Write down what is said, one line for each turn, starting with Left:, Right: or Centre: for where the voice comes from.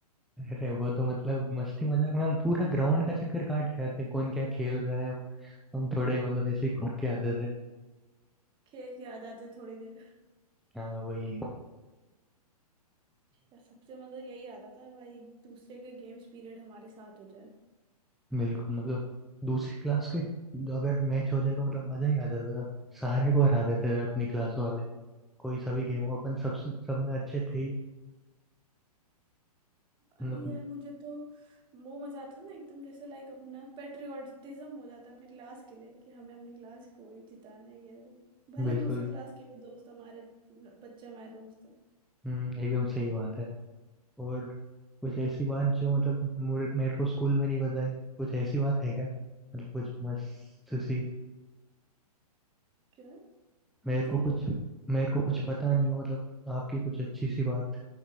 Centre: अरे वो तो मतलब मस्ती मजाक में हम पूरा ग्राउंड का चक्कर काट के आते हैं कौन क्या खेल रहा है हम थोड़े मतलब ऐसे ही घूम के आते थे
Right: खेल के आ जाते थोड़ी देर
Centre: हाँ वही
Right: या सबसे मतलब यही आता था भाई दूसरे का गेम्स पीरियड हमारे साथ हो जाए
Centre: बिल्कुल मतलब दूसरी क्लास के अगर मैच हो जाए तो मतलब मजा ही आ जाता था सारे को हरा देते थे अपनी क्लास वाले कोई सभी गेम
Right: भाई
Centre: हो अपन सबसे सब में अच्छे थे ही मतलब
Right: अरे यार मुझे तो वो मजा आता था ना एकदम जैसे लाइक अपना पेट्रियोटिज्म हो जाता है अपने क्लास के लिए कि हमें अपने क्लास को ही जिताना है ये वो भले
Centre: बिल्कुल
Right: दूसरे क्लास के भी दोस्त हमारे बच्चे हमारे दोस्त हैं
Centre: हम्म, एकदम सही बात है और कुछ ऐसी
Right: हम्म,
Centre: बात जो मतलब मुझे- मेरे को स्कूल में नहीं बताई कुछ ऐसी बात है क्या मतलब कुछ मस्त सी
Right: क्या समझी
Centre: मेरे को
Right: नहीं
Centre: कुछ
Right: मैं
Centre: मेरे को कुछ पता नहीं हो मतलब आपकी कुछ अच्छी सी बात